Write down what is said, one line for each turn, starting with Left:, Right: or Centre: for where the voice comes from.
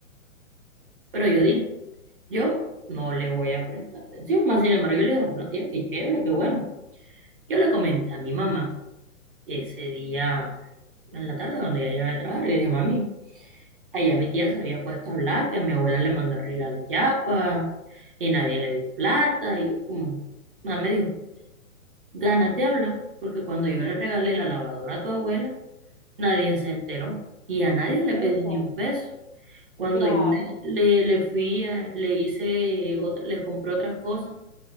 Right: pero
Left: ¿ok?
Right: yo dije Yo no le voy a prestar atención, más sin embargo yo le digo, bueno, tía, qué chévere, qué bueno. Yo le comenté a mi mamá ese día en la tarde cuando ella llegaba de trabajar, le dije, mami, allá mi tía se había puesto a hablar que a mi abuela le mandó a arreglar la chapa y nadie le dio plata y yo como, nada me dijo, ganas de hablar, porque cuando yo le regalé la lavadora a tu abuela, nadie se enteró y a nadie le
Left: Exacto.
Right: pedí ni un peso. Cuando
Left: Claro,
Right: yo le, le, le fui, a- le hice, otra- le compré otras cosas